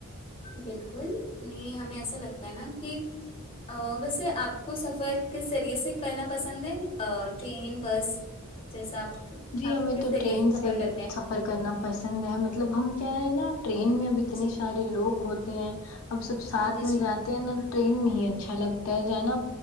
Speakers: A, on the left (about 25°); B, on the left (about 75°).
A: بالکل نہیں ہمیں ایسا لگتا ہے نا کہ آں ویسے آپ کو سفر کس ذریعے سے کرنا پسند ہے ٹرین بس جیسا آپ
B: جی
A: آپ
B: ہمیں
A: کس
B: تو
A: ذریعے
B: ٹرین
A: سفر
B: سے ہی
A: کرتے ہیں
B: سفر کرنا پسند ہے مطلب ہم کیا ہے نا ٹرین میں بھی اتنے
A: جی
B: سارے لوگ ہوتے ہیں اب سب ساتھ
A: جی
B: میں
A: جی
B: جات تو نا ٹرین میں ہی اچھا لگتا ہے جانا